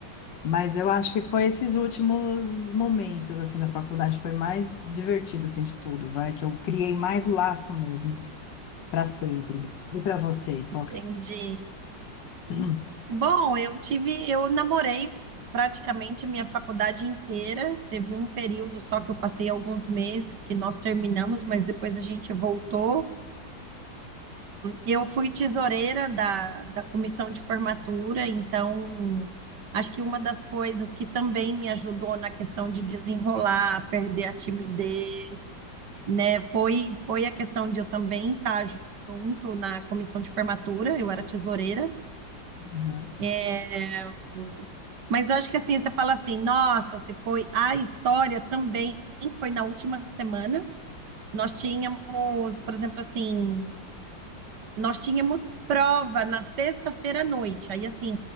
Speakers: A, on the left; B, on the right.
A: Mas eu acho que foi esses últimos momentos, assim, da faculdade, foi mais divertido, assim, de tudo, vai, que eu criei mais laço mesmo, para sempre. E para você, qual que...
B: Entendi.
A: foi? <clears throat>
B: Bom, eu tive, eu namorei praticamente minha faculdade inteira. Teve um período só que eu passei alguns meses que nós terminamos, mas depois a gente voltou. Eu fui tesoureira da, da comissão de formatura, então acho que uma das coisas que também me ajudou na questão de desenrolar, perder a timidez, né, foi, foi a questão de eu também estar junto na comissão de formatura. Eu era tesoureira.
A: Uhum.
B: É, Mas eu acho que assim, você fala assim, nossa, se foi a história também foi na última semana. Nós tínhamos, por exemplo, assim, nós tínhamos prova na sexta-feira à noite. Aí, assim,